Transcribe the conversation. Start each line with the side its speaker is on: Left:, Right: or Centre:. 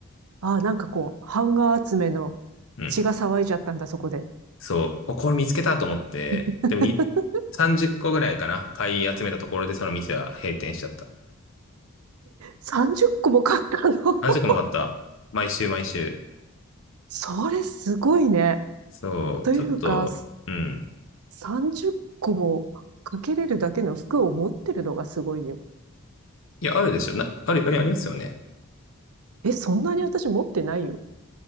Right: ああ、なんかこう、版画集めの
Left: うん
Right: 血が騒いじゃったんだ、そこで。
Left: そう、お、これ見つけたと思って、
Right: <laughs>
Left: でもに、30個ぐらいかな、買い集めたところでその店は閉店しちゃった。
Right: 30個も買ったの <laughs>
Left: 何十個も買った。毎週毎週。
Right: それすごいね。
Left: そう、
Right: というか、
Left: ちょっと、うん。
Right: 30個もかけれるだけの服を持ってるのがすごいよ。
Left: いや、あるでしょ。な、ある、あれありますよね。
Right: え、そんなに私持ってないよ。